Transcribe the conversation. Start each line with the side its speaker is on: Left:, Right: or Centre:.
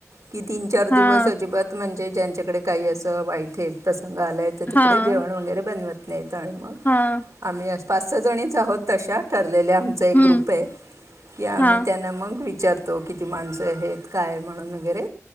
Right: कि तीन चार दिवस
Left: हां.
Right: अजिबात म्हणजे ज्यांच्याकडे काही असं वाईट आहे तस आलाय तर तिकडे
Left: हां.
Right: जेवण वगैरे बनवत नाहीत आणि मग
Left: हां.
Right: आम्ही अस पाच सहा जणीच आहोत तशा ठरलेल्या आमचा एक
Left: हं.
Right: ग्रुप आहे की आम्ही
Left: हां.
Right: त्यांना मग वि चारतो किती माणसं आहेत काय म्हणून वगैरे.